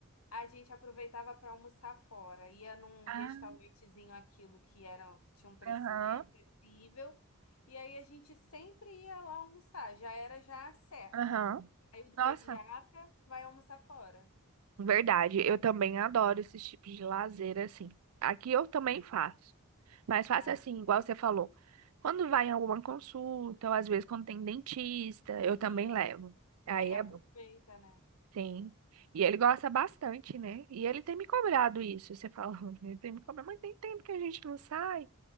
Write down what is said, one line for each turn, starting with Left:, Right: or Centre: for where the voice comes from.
Left: A gente aproveitava para almoçar fora, ia num
Right: Ah,
Left: restaurantezinho aquilo que era que tinha um precinho
Right: aham,
Left: bem acessível, e aí a gente sempre ia lá almoçar, já era já certo.
Right: aham.
Left: Aí o do
Right: Nossa,
Left: pediatra vai almoçar fora.
Right: verdade. Eu também adoro esses tipos de lazer, assim. Aqui eu também faço. Mas faço
Left: Ah,
Right: assim, igual você falou. Quando vai em alguma consulta, ou às vezes quando tem dentista, eu também
Left: isso.
Right: levo. Aí
Left: Aí aproveita,
Right: é bom.
Left: né?
Right: Sim. E ele gosta bastante, né? E ele tem me cobrado isso, você falando. <laughs> Ele tem me cobrado, mas tem tempo que a gente não sai.